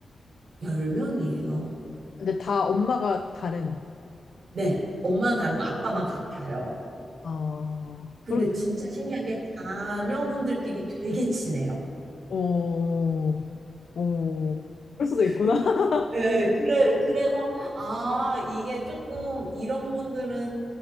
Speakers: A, on the right; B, on the left.
A: 10명이에요.
B: 근데 다 엄마가 다른.
A: 네. 엄마는 다르고 아빠만 같아요.
B: 아,
A: 근데
B: 그러
A: 진짜 신기한 게 자녀분들끼리 되게 친해요.
B: 오, 오, 그럴 수도 있구나.
A: 그래서
B: <laughs>
A: 예, 그래, 그래서, 아, 이게 조금, 이런 분들은